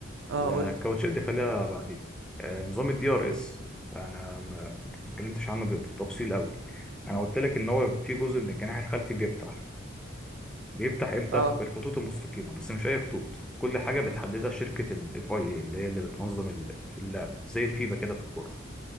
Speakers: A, on the right; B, in the centre.
A: اه
B: لا
A: قول لي
B: الكاوتشات دي خليها بعدين آه، نظام الدي ار اس انا ما ما اتكلمتش عنه بالتفصيل قوي انا قلت لك ان هو في جزء من الجناح الخلفي بيفتح بيفتح امتى
A: اه
B: في الخطوط المستقيمه بس مش اي خطوط كل حاجه بتحددها شركه الاف اي اي اللي هي اللي بتنظم اللعبه زي الفيفا كده في الكوره